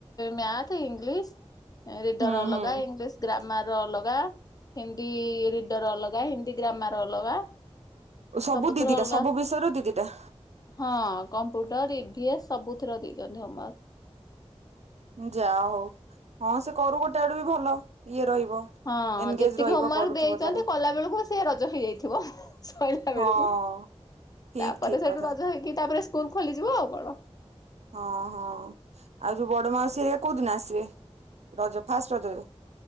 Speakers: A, on the left (about 35°); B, on the right (about 75°).
A: ମ୍ୟାଥ୍ ଇଂଲିଶ ରିଡର
B: ହୁଁ
A: ଅଲଗା
B: ହୁଁ।
A: ଇଂଲିଶ ଗ୍ରାମାର ଅଲଗା ହିନ୍ଦୀ ରିଡର ଅଲଗା ହିନ୍ଦୀ ଗ୍ରାମାର ଅଲଗା
B: ସବୁ
A: ସବୁଥିରେ
B: ଦିଦିଟା
A: ଅଲଗା।
B: ସବୁ ବିଷୟର ଦିଦିଟା।
A: ହଁ କମ୍ପ୍ୟୁଟର ଇଭି ଏସ୍ ସବୁଥିର ଦେଇଛନ୍ତି ହୋମୱାର୍କ।
B: ଯା ହଉ, ହଁ ସେ କରୁ ଗୋଟେ ଆଡୁ ବି ଭଲ ଇଏ ରହିବ।
A: ହଁ
B: ଏନଗେଜ
A: ଯେତିକି
B: ରହିବ
A: ହୋମୱାର୍କ
B: କରୁଥିବ
A: ଦେଇଛନ୍ତି
B: ତାର
A: କଲା ବେଳକୁ ସେ ରଜ ହେଇଯାଇଥିବ। ସରିଲା ବେଳକୁ
B: ହଁ ଠିକ
A: ତାପରେ
B: ଠିକ
A: ସେଇଠୁ
B: କଥା
A: ରଜ ହେଇକି ତାପରେ ସ୍କୁଲ ଖୋଲିଯିବ ଆଉ କଣ।
B: ହଁ ହଁ ଆଉ ଯୋଉ ବଡ ମାଉସୀ ହେଇକା କୋଉ ଦିନ ଆସିବେ ରଜ ଫାଷ୍ଟ ରଜରେ।